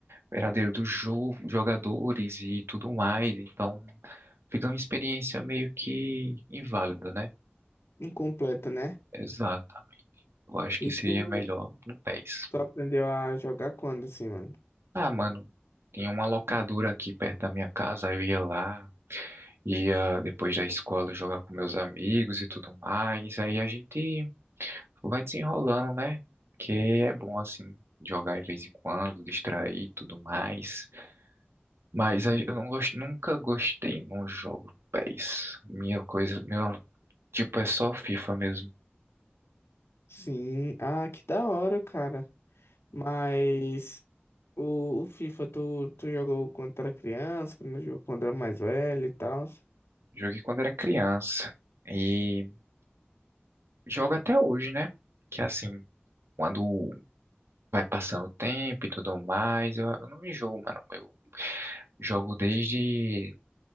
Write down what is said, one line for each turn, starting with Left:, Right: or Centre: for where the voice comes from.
Right: verdadeiro dos jo jogadores e tudo mais. Então, fica uma experiência meio que inválida, né?
Left: Incompleto, né?
Right: Exatamente. Eu acho que
Left: E
Right: seria
Left: tu,
Right: melhor no PES.
Left: tu aprendeu a jogar quando, assim, mano?
Right: Ah, mano, tinha uma locadora aqui perto da minha casa, eu ia lá, ia depois da escola jogar com meus amigos e tudo mais. Aí a gente. vai desenrolando, né? Que é bom, assim, jogar de vez em quando, distrair e tudo mais. Mas aí eu não gosto, nunca gostei num jogo PES. Minha coisa, meu, tipo, é só FIFA mesmo.
Left: Sim. Ah, que da hora, cara. Mas o, o FIFA, tu, tu jogou quando era criança, quando jogou quando era mais velho e tal.
Right: Joguei quando era criança e jogo até hoje, né? Que assim, quando vai passando o tempo e tudo mais, eu, eu não enjoo, mano. Eu jogo desde